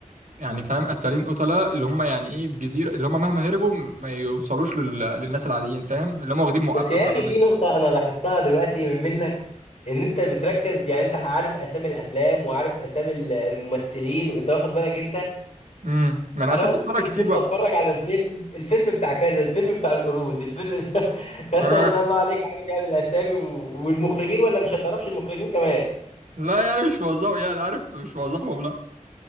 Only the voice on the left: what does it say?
بس
يا اخي
في نقطه
انا لاحظتها دلوقتي منك ان انت بتركز يعني انت عارف اسامي الافلام وعارف اسامي ال- الممثلين وانت واخد بالك انت
انا
امسك
الفيلم
اتفرج على الفيلم الفيلم بتاع كذا الفيلم بتاع القرود الفيلم <laughs> فانت
ما شاء الله عليك عارف يعني الاسامي و- والمخرجين ولا مش هتعرفش المخرجين كمان